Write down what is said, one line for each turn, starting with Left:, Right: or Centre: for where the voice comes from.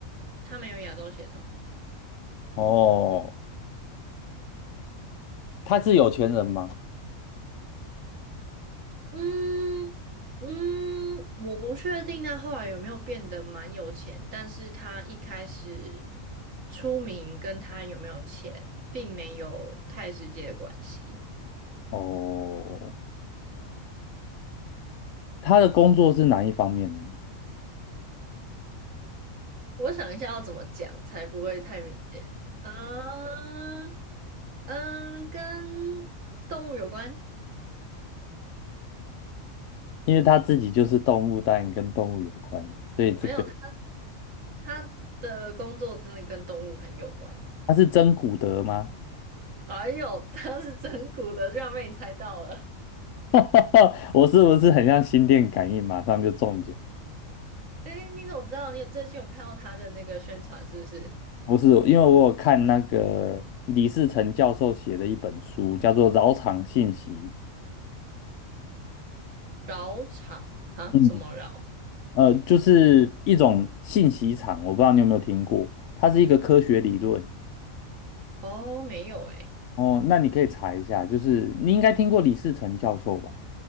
Right: 他没有亚洲血统。
Left: 哦，他是有钱人吗？
Right: 嗯嗯，我不确定他后来有没有变得蛮有钱，但是他一开始出名跟他有没有钱，并没有太直接的关系。
Left: 哦，他的工作是哪一方面的呢？
Right: 我想一下要怎么讲才不会太明显。嗯嗯，跟动物有关？
Left: 因为他自己就是动物，当然跟动物有关，所以这个
Right: 没有，他他的工作真的跟动物很有关。
Left: 他是真古德吗？
Right: 哎呦，他是整蛊的，居然被你猜到了。
Left: <laughs> 我是不是很像心电感应，马上就中奖？
Right: 哎，你怎么知道？你有最近有看到他的那个宣传是不是？
Left: 不是，因为我有看那个李世成教授写的一本书，叫做《扰场信息》。
Right: 饶场哈？
Left: 嗯，
Right: 什么饶？
Left: 呃，就是一种信息场，我不知道你有没有听过，它是一个科学理论。
Right: 哦，没有哎，
Left: 哦，那你可以查一下，就是你应该听过李世成教授吧？